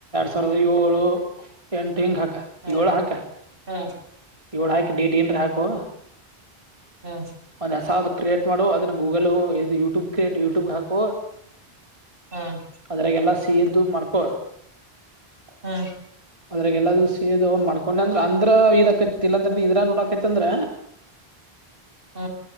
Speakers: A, on the right (about 30°); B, on the right (about 60°).
A: ಸಾವಿರದ ಏಳು ಎಂಟು ಂಗ ಹಾಕ
B: ಹ್ಮ್
A: ಏಳ ಹಾಕ
B: ಹ್ಮ್
A: ಏಳ ಹಾಕ ಡೇಟ್ ಏನ್ ಹಾಕುವ
B: ಹ್ಮ
A: ಯಸ ಕ್ರಿಯೇಟ್ ಮಾಡು ಅದನ್ನ ಗೂಗಲ್ ಇ ಯೂಟ್ಯೂಬ್ ಕ್ರಿಯೇಟ್ ಯೂಟ್ಯೂಬ್ ಹಾಕು
B: ಹ್ಮ್
A: ಅದ್ರಾಗಲ್ಲಾ ಸಿಯದ್ದು ಮಾಡ್ಕೊ
B: ಹ್ಮ
A: ಅದ್ರಾಗ ಎಲ್ಲದುೂ ಸೇದ್ ಅವ್ನ್ ಮಾಡ್ಕೊಂಡೆ ಅಂದ್ರ ಅಂದ್ರ ಇದಕತಿ ಇಲ್ಲಾಂದ್ರ ನೀ ಇದ್ರಾ ನೋಡಕೈತಿ ಅಂದ್ರ
B: ಹ